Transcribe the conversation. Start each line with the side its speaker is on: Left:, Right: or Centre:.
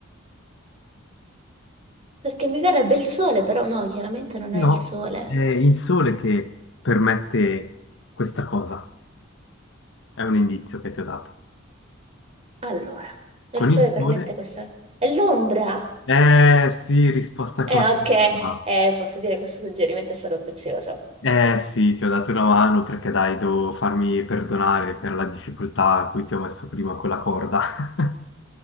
Right: Perché mi verrebbe il sole, però no, chiaramente non
Left: E
Right: è
Left: no,
Right: il sole.
Left: è il sole che permette questa cosa. È un indizio che ti ho dato.
Right: Allora, il
Left: Con
Right: sole
Left: il sole?
Right: permette questa... È l'ombra!
Left: Eh sì, risposta
Right: Eh,
Left: corretta.
Right: ok, eh, posso dire che questo suggerimento è stato prezioso.
Left: Eh sì, ti ho dato una mano perché dai, devo farmi perdonare per la difficoltà a cui ti ho messo prima con la corda. <laughs>